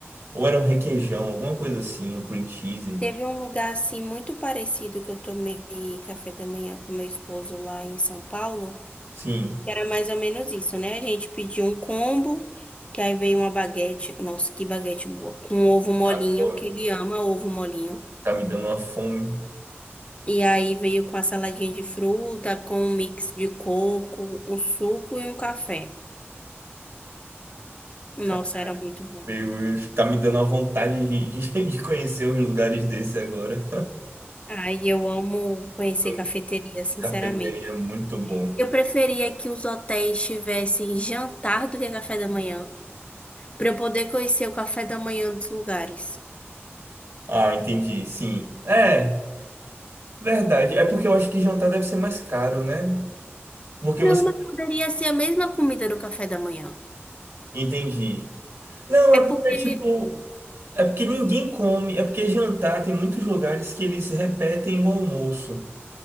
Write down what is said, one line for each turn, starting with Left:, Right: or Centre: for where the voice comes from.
Right: Ou era um requeijão, alguma coisa assim, um cream cheese.
Left: Teve um lugar assim muito parecido que eu tomei café da manhã com meu esposo lá em São Paulo,
Right: Sim,
Left: que era mais ou menos isso, né? A gente pediu um combo, que aí veio uma baguete, nossa, que baguete boa, com ovo molinho,
Right: adoro.
Left: que ele ama ovo molinho.
Right: Tá me dando uma fome.
Left: E aí veio com a saladinha de fruta, com um mix de coco, um suco e um café. Nossa,
Right: Cara,
Left: era muito bom.
Right: meu Deus, tá me dando uma vontade de, de, <laughs> de conhecer uns lugares desses agora.
Left: Ai, eu amo conhecer
Right: <laughs>
Left: cafeteria, sinceramente.
Right: Cafeteria, muito bom.
Left: Eu preferia que os hotéis tivessem jantar do que café da manhã. para eu poder conhecer o café da manhã dos lugares.
Right: Ah, entendi, sim. É, verdade. É porque eu acho que jantar deve ser mais caro, né? Porque você.
Left: Não, mas poderia ser a mesma comida do café da manhã.
Right: Entendi. Não, é
Left: É
Right: porque,
Left: porque.
Right: tipo. É porque ninguém come, é porque jantar tem muitos lugares que eles repetem o almoço.